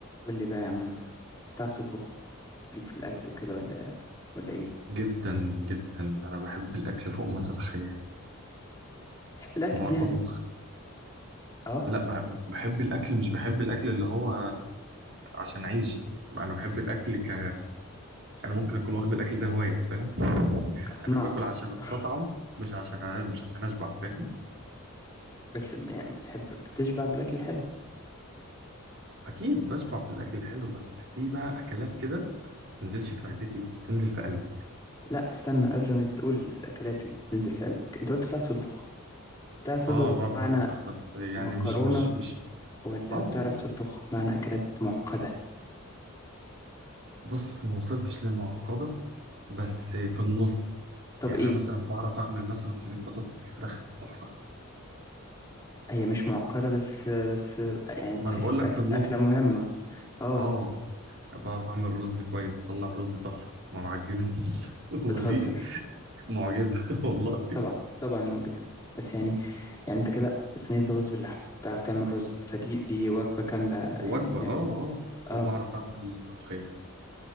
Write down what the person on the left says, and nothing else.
قول لي بقى يا عم تعرف تطبخ ليك في الأكل وكده ولا ولا إيه؟
تحب الأكل
دي يعني
آه
كص- كصناعة
<laughs>
بس يعني بتحب بتشبع بالأكل الحلو
لا استنى قبل ما تقول الأكلات اللي بتنزل في قلبك أنت قلت بتعرف تطبخ بتعرف تطبخ
بمعنى
مكرونة
ولا
بتعرف تطبخ بمعنى أكلات معقدة
طب
إيه؟
هي مش معقدة بس بس يعني تحسب
أكل
أكلة مهمة آه
بتهزر
طبعا طبعا معجزة بس يعني يعني انت كده صينية بطاطس باللحمة بتعرف تعمل رز فدي دي وجبة كاملة
يعني م-
اه